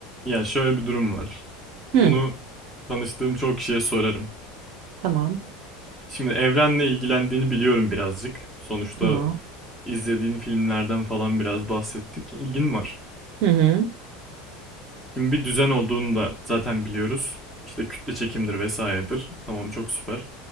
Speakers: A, in the centre; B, on the right.
A: Ya şöyle bir durum var.
B: Hı,
A: Bunu tanıştığım çok kişiye sorarım.
B: tamam,
A: Şimdi evrenle ilgilendiğini biliyorum birazcık. Sonuçta
B: tamam.
A: izlediğin filmlerden falan biraz bahsettik. İlgin var.
B: Hı hı,
A: Şimdi bir düzen olduğunu da zaten biliyoruz. İşte kütle çekimdir vesairedir. Tamam çok süper.